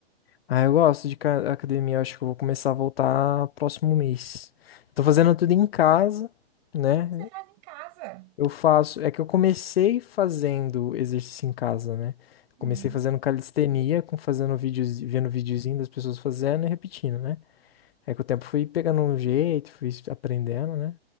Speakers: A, on the left (about 70°); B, on the right (about 45°).
A: Ah, eu gosto de ca- academia, eu acho que eu vou começar a voltar próximo mês. Tô fazendo tudo em casa, né?
B: Você faz em casa.
A: Eu faço, é que eu comecei fazendo exercício em casa, né?
B: Hum.
A: Comecei fazendo calistenia, com fazendo vídeos, vendo videozinho das pessoas fazendo e repetindo, né? É que o tempo fui pegando um jeito, fui aprendendo, né?